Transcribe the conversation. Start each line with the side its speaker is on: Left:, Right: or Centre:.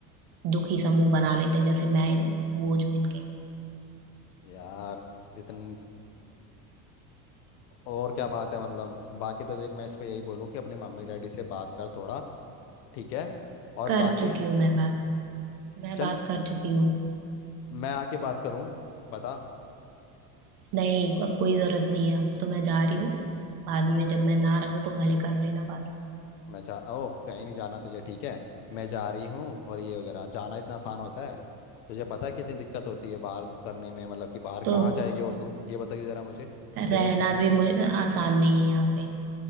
Right: दुखी सा मुंह बना लेते हैं जैसे मैं इन- बोझ हूं इनके
Left: यार इतन और क्या बात है मतलब बाकी तो देख मैं इस पे यही बोलूँ कि अपने मम्मी डैडी से बात कर थोड़ा ठीक है और
Right: कर
Left: बाकी
Right: चुकी हूँ मैं बात मैं
Left: चल
Right: बात कर चुकी हूँ
Left: मैं आके बात करूँ बता
Right: नहीं अब कोई जरूरत नहीं है अब तो मैं जा रही हूँ बाद में जब मैं ना रहूँ तो भले कर लेना बात
Left: मैं जा ओह कहीं नहीं जाना तुझे ठीक है मैं जा रही हूँ और ये वगैरह जाना इतना आसान होता है तुझे पता है कितनी दिक्कत होती है बाहर करने में मतलब कि बाहर
Right: तो
Left: कहाँ जाएगी और तू ये बताइए जरा मुझे
Right: रहना
Left: तेने
Right: भी मुझे आसान नहीं है यहाँ पे